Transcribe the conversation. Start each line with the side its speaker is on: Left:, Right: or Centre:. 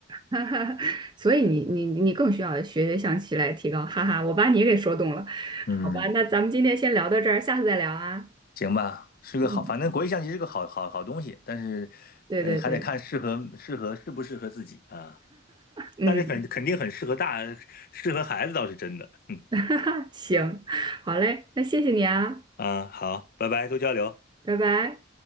Right: 哈哈所以你你你更需要学学象棋来提高。哈哈，我把你给说动了，
Left: 嗯。
Right: 好吧，那咱们今天先聊到这儿，下次再聊啊。
Left: 行吧，是个好，
Right: 嗯，
Left: 反正国际象棋是个好好好东西，但是，
Right: 对对对，
Left: 呃，还得看适合适合适不适合自己啊。
Right: 嗯，
Left: 但是很肯定很适合大，适合孩子倒是真的。嗯
Right: <laughs> 行，好嘞，那谢谢你啊，
Left: 啊，好，拜拜，多交流。
Right: 拜拜。